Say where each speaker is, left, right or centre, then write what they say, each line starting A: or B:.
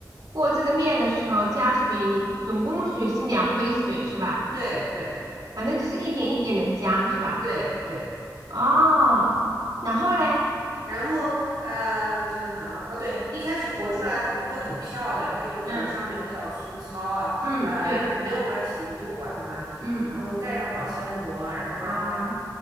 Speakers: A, on the right (about 85°); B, on the right (about 70°).
A: 和这个面的时候加水，你总共水是两杯水是吧？
B: 对对
A: 反正就是一点一点的加是吧？
B: 对对，
A: 哦，然后嘞，
B: 然后呃，我想想啊，啊对，一开始活出来它不会很漂亮，它有可能上面比较粗糙啊啊、
A: 嗯嗯，对，
B: 然后没有关系，你不用管它，
A: 嗯，
B: 然后你盖上保鲜膜，然后让它
A: 啊